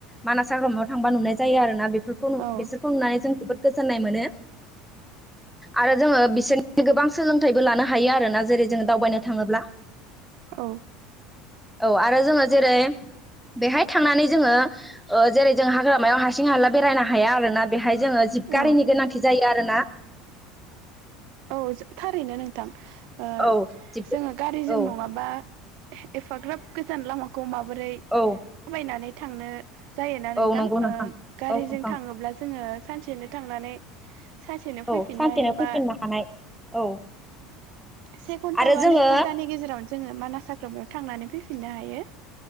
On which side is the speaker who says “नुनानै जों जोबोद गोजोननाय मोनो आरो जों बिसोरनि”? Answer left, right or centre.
Centre